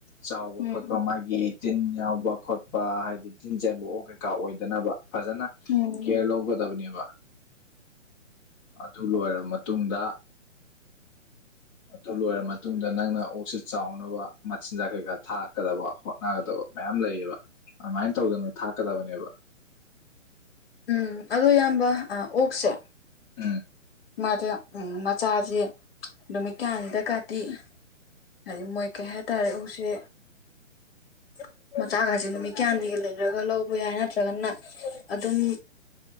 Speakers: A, on the left (about 25°); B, on the left (about 45°).
A: ꯆꯥꯎꯕ
B: ꯎꯝ
A: ꯈꯣꯠꯄ ꯃꯥꯒꯤ ꯇꯤꯟ ꯌꯥꯎꯕ ꯈꯣꯠꯄ ꯍꯥꯏꯗꯤ ꯇꯤꯟ ꯆꯦꯟꯕ ꯑꯣꯛ ꯀꯩꯀꯥ ꯑꯣꯏꯗꯅꯕ ꯐꯖꯅ
B: ꯎꯝ
A: ꯀꯦꯌꯔ ꯂꯧꯒꯗꯕꯅꯦꯕ ꯑꯗꯨ ꯂꯣꯏꯔꯕ ꯃꯇꯨꯡꯗ ꯑꯗꯨ ꯂꯣꯏꯔ ꯃꯇꯨꯡꯗ ꯅꯪꯅ ꯑꯣꯛꯁꯤ ꯆꯥꯎꯅꯕ ꯃꯆꯤꯟꯖꯥꯛ ꯀꯩꯀꯥ ꯊꯥꯛꯀꯗꯕ ꯍꯣꯠꯅꯒꯗꯕ ꯃꯌꯥꯝ ꯂꯩꯌꯦꯕ ꯑꯗꯨꯃꯥꯏꯅ ꯇꯧꯗꯅ ꯊꯥꯛꯀꯗꯕꯅꯦꯕ
B: ꯎꯝ ꯑꯗꯨ ꯏꯌꯥꯝꯕ ꯑꯥ ꯑꯣꯛꯁꯦ
A: ꯎꯝ
B: ꯃꯥꯁꯦ ꯎꯝ ꯃꯆꯥꯁꯦ ꯅꯨꯃꯤꯠ ꯀꯌꯥꯅꯤꯗ ꯀꯥꯇꯤ ꯍꯥꯏꯗꯤ ꯃꯣꯏ ꯀꯩ ꯍꯥꯏꯇꯥꯔꯦ ꯑꯣꯛꯁꯦ <inaudible> ꯃꯆꯥꯒꯁꯦ ꯅꯨꯃꯤꯠ ꯀꯌꯥꯅꯤꯒ ꯂꯩꯔꯒ ꯂꯧꯕ ꯌꯥꯏ ꯅꯠꯇ꯭ꯔꯒꯅ ꯑꯗꯨꯝ